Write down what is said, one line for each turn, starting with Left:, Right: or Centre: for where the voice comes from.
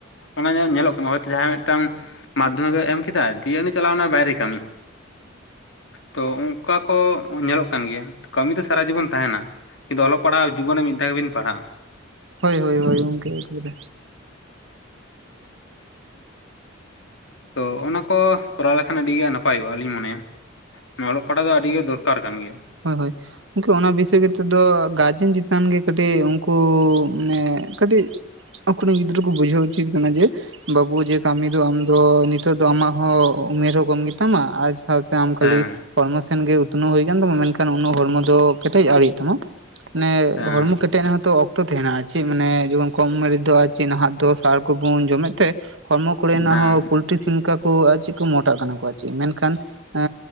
Left: ᱚᱱᱟ ᱧᱮᱞ ᱧᱮᱞᱚᱜ ᱠᱟᱱᱟ ᱦᱚᱭᱛᱚ ᱡᱟᱦᱟᱸᱭ ᱢᱮᱫᱴᱟᱝ ᱢᱟᱫᱷᱚᱢᱤᱠ ᱮ ᱮᱢ ᱠᱮᱫᱟᱭ ᱫᱤᱭᱮ ᱩᱱᱤ ᱪᱟᱞᱟᱣ ᱮᱱᱟ ᱵᱟᱭᱨᱮ ᱠᱟᱹᱢᱤ ᱛᱚ ᱚᱱᱠᱟ ᱠᱚ ᱧᱮᱞᱚᱜ ᱠᱟᱱ ᱜᱮᱭᱟ ᱠᱟᱹᱢᱤ ᱫᱚ ᱥᱟᱨᱟ ᱡᱤᱵᱚᱱ ᱛᱟᱦᱮᱸᱱᱟ᱾ᱠᱤᱱᱛᱩ ᱚᱞᱚᱜ ᱯᱟᱲᱦᱟᱜ ᱡᱤᱵᱚᱱ ᱨᱮ ᱢᱤᱫ ᱫᱷᱟᱣ ᱜᱮᱵᱤᱱ ᱯᱟᱲᱦᱟᱜᱼᱟ᱾
Right: ᱦᱳᱭ ᱦᱳᱭ ᱦᱳᱭ ᱜᱚᱝᱠᱮ ᱮᱠᱵᱟᱨᱮ
Left: ᱛᱚ ᱚᱱᱟ ᱠᱚ ᱠᱚᱨᱟᱣ ᱞᱮᱠᱷᱟᱱ ᱟᱹᱰᱤ ᱜᱮ ᱱᱟᱯᱟᱭᱚᱜᱼᱟ ᱞᱤᱧ ᱢᱚᱱᱮᱭᱟ᱾ ᱚᱞᱚᱜ ᱯᱟᱲᱦᱟᱜ ᱫᱚ ᱟᱹᱰᱤᱜᱮ ᱫᱚᱨᱠᱟᱨ ᱠᱟᱱ ᱜᱮᱭᱟ ᱾
Right: ᱦᱳ, ᱦᱳᱭ, ᱜᱚᱝᱠᱮ ᱚᱱᱟ ᱵᱤᱥᱚᱭ ᱠᱟᱛᱮᱫ ᱫᱚ ᱜᱟᱨᱡᱮᱱ ᱪᱮᱛᱟᱱ ᱜᱮ ᱠᱟᱹᱴᱤᱡ ᱩᱱᱠᱩ ᱢᱟᱱᱮ ᱠᱟᱹᱴᱤᱡ ᱟᱠᱚᱨᱮᱱ ᱜᱤᱫᱽᱨᱟᱹ ᱠᱚ ᱵᱩᱡᱷᱟᱹᱣ ᱩᱪᱤᱫ ᱠᱟᱱᱟ ᱡᱮ ᱵᱟᱹᱵᱩ ᱡᱮ ᱠᱟᱹᱢᱤ ᱫᱚ ᱟᱢ ᱫᱚ ᱱᱤᱛᱚᱜ ᱫᱚ ᱟᱢᱟᱜ ᱦᱚᱸ ᱩᱢᱮᱨ ᱦᱚᱸ ᱠᱚᱢ ᱜᱮᱛᱟᱢᱟ ᱟᱨ ᱥᱟᱶ ᱟᱢ ᱠᱷᱟᱹᱞᱤ
Left: ᱦᱮᱸ
Right: ᱦᱚᱲᱢᱚ ᱥᱮᱱᱜᱮ ᱩᱛᱱᱟᱹᱣ ᱦᱩᱭ ᱠᱟᱱ ᱛᱟᱢᱟ, ᱢᱮᱱᱠᱷᱟᱱ ᱩᱱᱟᱹᱜ ᱦᱚᱲᱢᱚ ᱫᱚ ᱠᱮᱴᱮᱡ ᱟᱣᱨᱤᱭᱟᱜ ᱛᱟᱢᱟ‌᱾ ᱢᱟᱱᱮ
Left: ᱦᱮᱸ
Right: ᱦᱚᱲᱢᱚ ᱠᱮᱴᱮᱡ ᱱᱟᱦᱚᱛᱚ ᱚᱛᱚ ᱛᱟᱦᱮᱱᱟ ᱟᱨ ᱪᱮᱫ ᱢᱟᱱᱮ ᱡᱚᱠᱷᱚᱱ ᱠᱚᱢ ᱢᱟᱸᱨ ᱫᱚ ᱟᱨ ᱪᱮᱫ ᱱᱟᱦᱟᱜ ᱫᱚ ᱥᱟᱨ ᱠᱚᱵᱚᱱ ᱡᱚᱢᱮᱫ ᱛᱮ ᱦᱚᱲᱢᱚ ᱠᱚᱨᱮᱱᱟᱜ
Left: ᱦᱮᱸ
Right: ᱦᱚᱸ ᱯᱳᱞᱴᱨᱤ ᱥᱤᱢ ᱠᱟ ᱠᱚ ᱟᱨ ᱪᱮᱫ, ᱠᱚ, ᱢᱚᱴᱟᱜ ᱠᱟᱱᱟ ᱠᱚ ᱟᱨ ᱪᱮᱫ ᱢᱮᱱᱠᱷᱟᱱ ᱮ